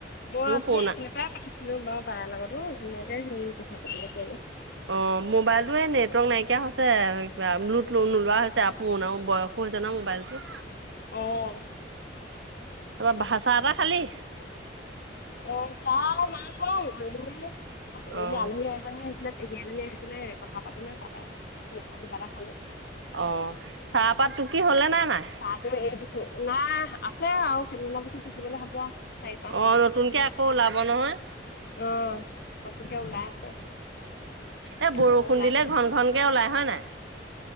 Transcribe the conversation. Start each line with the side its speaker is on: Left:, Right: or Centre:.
Left: মই অথনি
Right: পুৰণা
Left: এইখিনিৰ পৰাই পাতিছিলো বাৰু বাই লগতো ধুনীয়াকে হেই কথা পাতিব পৰিলো।
Right: অঁ, মোবাইলটো সেই নেট নেটৱৰ্ক নাইকিয়া হৈছে কিবা, লোড নোলোৱা হৈছে আকৌ বয়সো হৈছে ন মোবাইলটো।
Left: অঁ।
Right: তাৰপৰা ভা চাহ তাহ খালী?
Left: অ' চাহ নাইখোৱা এনে
Right: অ',
Left: এই আলহী এজনী আহিছিলে। পেহী এজনী আহিছিলে কথা পাতিলো তাতে মিঠাই কিবা এটা খালো।
Right: অহ' চাহপাত টুকি হ'লে নে নাই?
Left: মই এৰি দিছোঁ। নাই আছে আৰু কেইদিনমানৰ পিছত টুকিবলৈ হ'ব আৰু। চাৰি পাঁচ
Right: অ' নতুনকে আকৌ ওলাব নহয়।
Left: অঁ নতুনকে ওলাই আছে।
Right: এ বৰষুণ
Left: আকৌ ওলাই
Right: দিলে
Left: আছে
Right: ঘন ঘন কে ওলাই হয় নাই?